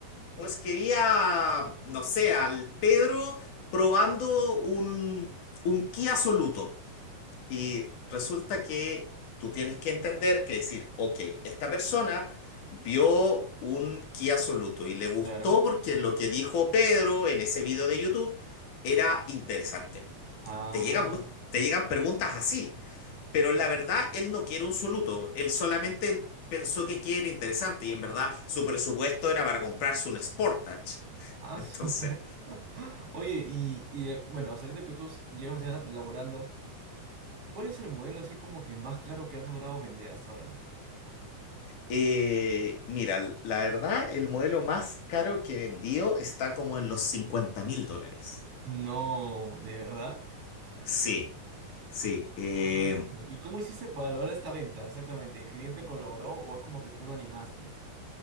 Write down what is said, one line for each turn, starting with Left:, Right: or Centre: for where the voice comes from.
Left: pues quería, no sé, al Pedro probando un, un Kia Soluto. Y resulta que tú tienes que entender que decir, ok, esta persona vio un Kia Soluto y le gustó
Right: claro.
Left: porque lo que dijo Pedro en ese video de YouTube era interesante.
Right: Ah,
Left: Te llegan, mu- te llegan preguntas así, pero la verdad él no quiere un Soluto, él solamente pensó que quiere interesante y en verdad su presupuesto era para comprarse un Sportage. <laughs>
Right: ah,
Left: Entonces...
Right: su. <laughs> Oye, y, y eh, bueno, hasta ahorita que tú s- llevas ya laborando, ¿cuál es el modelo así como que más caro que has logrado vender hasta ahora?
Left: Eh, mira, l- la verdad, el modelo más caro que he vendido está como en los cincuenta mil dólares.
Right: No, ¿de verdad?
Left: Sí, sí. eh,
Right: Ah, sí. ¿Y cómo hiciste para lograr esta venta? Exactamente, ¿el cliente colaboró o es como que tú lo animaste?